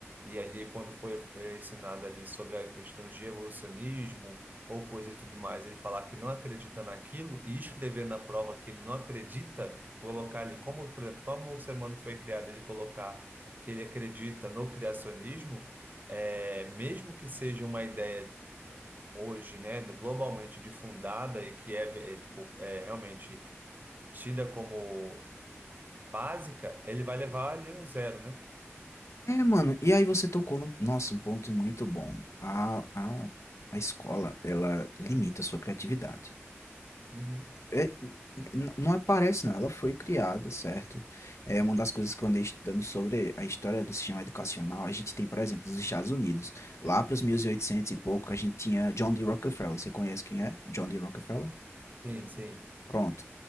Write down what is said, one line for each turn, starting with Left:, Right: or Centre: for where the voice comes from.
Right: e ali quando foi eh, ensinado ali sobre a questão de evolucionismo, ou coisa e tudo mais, ele falar que não acredita naquilo e escrever na prova que ele não acredita, colocar ali como, por exemplo, como o ser humano foi criado, ele colocar que ele acredita no criacionismo, é, mesmo que seja uma ideia hoje, né, no- globalmente difundada e que é, é, tipo, é realmente tida como básica, ele vai levar ali um zero, né?
Left: É, mano, e aí você tocou no, nossa, um ponto muito bom. A, a, a escola, ela limita a sua criatividade.
Right: Uhum.
Left: É, n- não aparece, não, ela foi criada, certo? É uma das coisas que eu andei estudando sobre a história do sistema educacional. A gente tem, por exemplo, nos Estados Unidos, lá para os 1800 e pouco, a gente tinha John D. Rockefeller. Você conhece quem é? John D. Rockefeller?
Right: Sim, sim,
Left: Pronto.